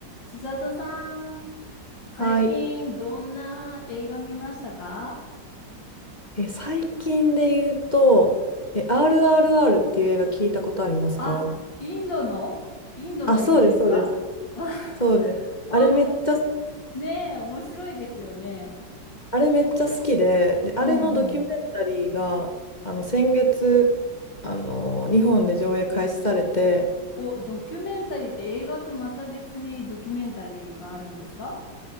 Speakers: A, on the left (about 80°); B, on the left (about 25°).
A: 千里さん、最近どんな映画見ましたか
B: はい。え、最近で言うと、え、RRR っていう映画聞いたことありますか
A: あ、インドのインドの映画ですかあ、
B: あ、そうです、そうです。そうです。
A: <laughs> あ、
B: あれめっちゃ、
A: むく、ねえ、面白いですよね。
B: あれめっちゃ好きで、で、あれのドキュメンタリーが、
A: うんうん。
B: あの、先月、あの、日本で上映開始されて、
A: お、ドキュメンタリーって映画とまた別にドキュメンタリーがあるんですか